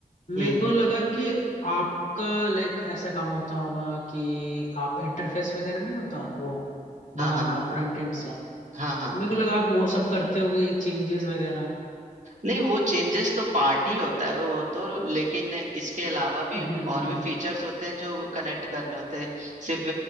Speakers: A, on the left; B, on the right.
A: मेरे
B: हम्म
A: को लगा कि आपका लाइक ऐसा काम होता होगा कि आप इंटरफेस वगैरह नहीं होता वो बनाना
B: हाँ हाँ
A: फ्रंट एंड से
B: हाँ
A: तो
B: हाँ
A: मेरे को लगा आप वो सब करते होगे चेंजेस वगैरह
B: नहीं वो चेंजेस तो पार्ट ही होता है वो तो लेकिन इसके अलावा भी
A: हम्म हम्म
B: और भी फीचर्स होते हैं जो कनेक्ट करने होते हैं सिर्फ